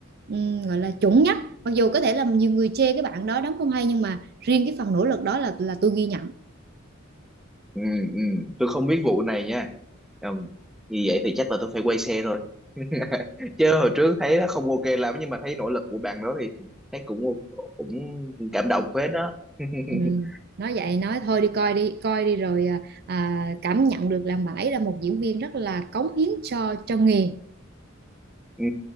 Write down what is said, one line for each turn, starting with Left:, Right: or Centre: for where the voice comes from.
Right: ừm, gọi là chuẩn nhất mặc dù có thể là nhiều người chê cái bạn đó đóng không hay nhưng mà riêng cái phần nỗ lực đó là là tôi ghi nhận
Centre: ừ ừ tôi không biết vụ này nha Ừm, như vậy thì chắc là tôi phải quay xe rồi <laughs> chứ hồi trước thấy nó không ok lắm nhưng mà thấy nỗ lực của bạn đó thì thấy cũng cũng cảm động phết đó <laughs>
Right: Ừ. Nói vậy nói thôi đi coi đi coi đi rồi à, à, cảm nhận được là bạn ấy là một diễn viên rất là cống hiến cho cho nghề
Centre: Ừ,